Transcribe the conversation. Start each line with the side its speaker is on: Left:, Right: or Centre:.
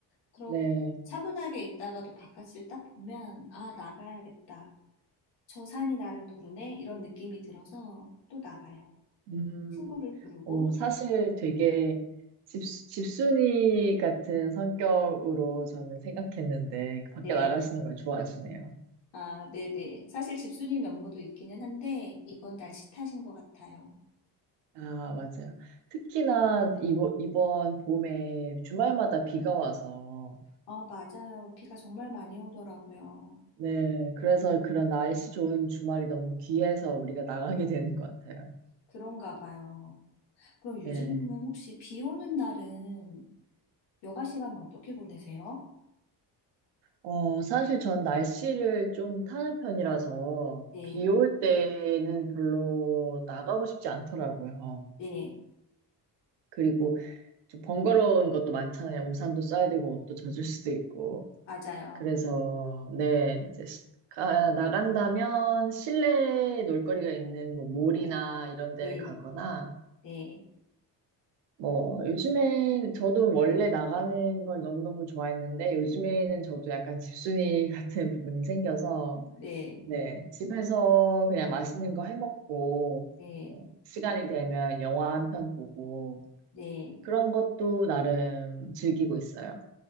Left: 그렇
Right: 네.
Left: 차분하게 있다가도 바깥을 딱 보면, 아, 나가야겠다. 저 산이 나를 부르네. 이런 느낌이 들어서 또 나가요.
Right: 음.
Left: 친구를 부르고,
Right: 어, 사실 되게 집, 집순이 같은 성격으로 저는 생각했는데 그 밖에
Left: 네,
Right: 나가시는 걸 좋아하시네요.
Left: 아, 네네. 사실 집수님 면모도 있기는 한데, 이건 날씨 탓인 것 같아요.
Right: 아, 맞아요. 특히나 이번, 이번 봄에 주말마다 비가 와서
Left: 아, 맞아요. 비가 정말 많이 오더라고요.
Right: 네, 그래서 그런 날씨 좋은 주말이 너무 귀해서 우리가 나가게 되는 것 같아요.
Left: 그런가 봐요. 그럼
Right: 네.
Left: 유진님은 혹시 비 오는 날은 여가 시간은 어떻게 보내세요?
Right: 어, 사실 전 날씨를 좀 타는 편이라서
Left: 네,
Right: 비 올 때는 별로 나가고 싶지 않더라고요.
Left: 네,
Right: 그리고 좀 번거로운 것도 많잖아요. 우산도 써야 되고 옷도 젖을 수도 있고.
Left: 맞아요.
Right: 그래서 네, 이제 시- 가- 나간다면 실내 놀거리가 있는 뭐 몰이나 이런 데를
Left: 네,
Right: 가거나
Left: 네,
Right: 뭐 요즘에 저도 원래 나가는 걸 너무너무 좋아했는데 요즘에는 저도 약간 집순이 <laughs> 같은 부분이 생겨서
Left: 네,
Right: 네, 집에서 그냥 맛있는 거 해 먹고
Left: 네,
Right: 뭐 시간이 되면 영화 한 편 보고
Left: 네,
Right: 그런 것도 나름 즐기고 있어요.